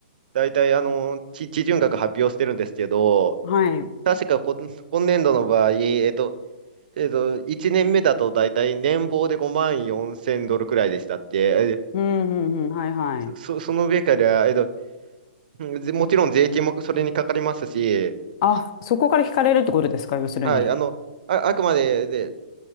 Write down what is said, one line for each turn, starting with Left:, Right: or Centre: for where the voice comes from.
Right: 大体、あの、地、地準学発表してるんですけど、
Left: はい。
Right: 確かこ、今年度の場合、えっと、えっと、1年目だと大体年俸で5万4千ドルくらいでしたって、え
Left: うんうんうん。はいはい。
Right: そ、その上から、えっと、うんぜもちろん税金もそれにかかりますし、
Left: あ、そこから惹かれるってことですか、要するに。
Right: はい、あの、あ、あくまで、で